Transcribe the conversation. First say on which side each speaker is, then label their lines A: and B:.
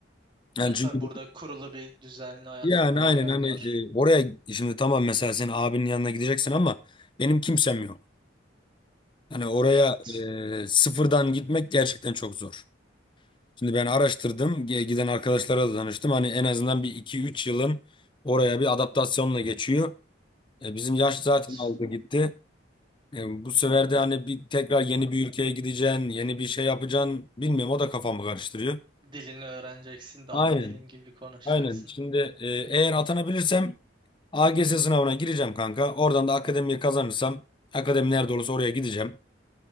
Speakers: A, on the left; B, on the right.
A: Yani
B: E tabii
A: çünkü
B: burada kurulu bir düzenli hayatım
A: yani
B: var,
A: aynen
B: ailem
A: hani
B: var.
A: e, oraya şimdi tamam mesela senin abinin yanına gideceksin ama benim kimsem yok. Hani oraya
B: Evet.
A: e, sıfırdan gitmek gerçekten çok zor. Şimdi ben araştırdım, ge- giden arkadaşlara da danıştım. Hani en azından bir iki üç yılın oraya bir adaptasyonla geçiyor. E, bizim yaş
B: Evet.
A: zaten aldı gitti. E, bu sefer de hani bir tekrar yeni bir ülkeye gideceksin, yeni bir şey yapacaksın. Bilmiyorum o da kafamı karıştırıyor.
B: Dilini öğreneceksin de
A: Aynen.
B: ana dilin gibi konuşacaksın.
A: Aynen. Şimdi e, eğer atanabilirsem AGS sınavına gireceğim kanka. Oradan da akademiyi kazanırsam akademi nerede olursa oraya gideceğim.